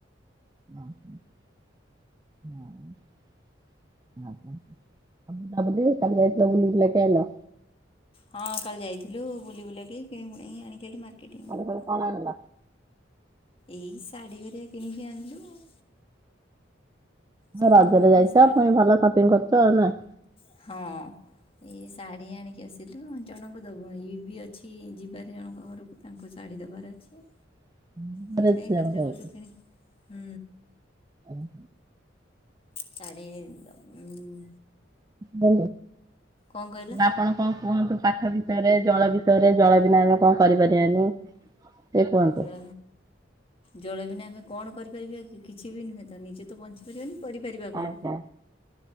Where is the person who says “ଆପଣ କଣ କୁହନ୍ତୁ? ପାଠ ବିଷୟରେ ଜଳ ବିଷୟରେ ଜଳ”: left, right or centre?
Right